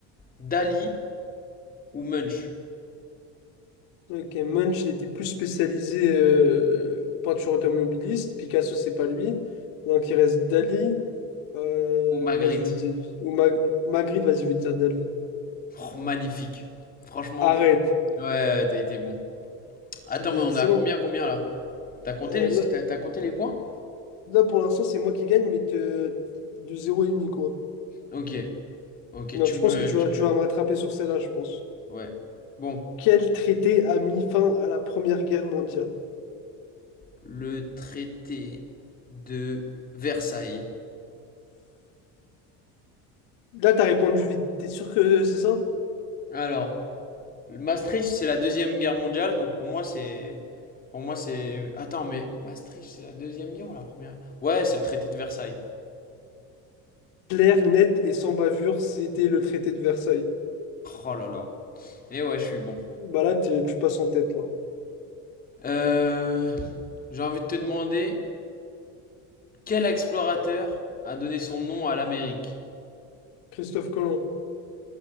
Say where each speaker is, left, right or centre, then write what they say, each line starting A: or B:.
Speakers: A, on the left; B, on the left.
A: Dali ou Munch
B: Ok, Munch, il était plus spécialisé euh, peinture automobiliste. Picasso, c'est pas lui. Donc, il reste Dali. Euh,
A: ou Magritte.
B: vas-y, je vais dire. Ou Mag- Magritte, vas-y, je vais dire Dali.
A: Oh, magnifique. Franchement,
B: Arrête.
A: ouais, ouais, t'as été bon. Attends,
B: Il est
A: mais on
B: excellent.
A: a combien, combien là T'as compté
B: Euh,
A: les,
B: là,
A: t'as, t'as compté les points?
B: là, pour l'instant, c'est moi qui gagne, mais te- de zéro et demi, quoi.
A: Ok, ok,
B: Donc,
A: tu
B: je pense
A: me,
B: que tu
A: tu
B: vas, tu
A: me,
B: vas me rattraper sur celle-là, je pense.
A: ouais. Bon.
B: Quel traité a mis fin à la Première Guerre mondiale?
A: le traité de Versailles.
B: Là, t'as répondu vite. T'es sûr que c'est ça?
A: Alors, Maastricht, c'est la deuxième guerre mondiale, donc pour moi, c'est. Pour moi, c'est. Attends, mais Maastricht, c'est la deuxième guerre ou la première Ouais, c'est le traité de Versailles.
B: Clair, net et sans bavure, c'était le traité de Versailles.
A: Oh là là. Et ouais, je suis bon.
B: Bah là, t'es- tu passes en tête, là.
A: Euh, J'ai envie de te demander quel explorateur a donné son nom à l'Amérique
B: Christophe Colomb.